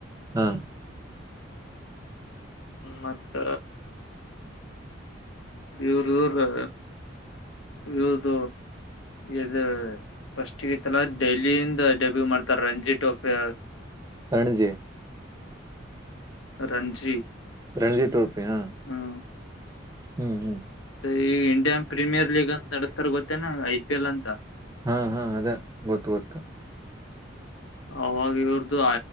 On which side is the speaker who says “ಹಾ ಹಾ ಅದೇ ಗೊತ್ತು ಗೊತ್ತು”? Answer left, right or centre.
Right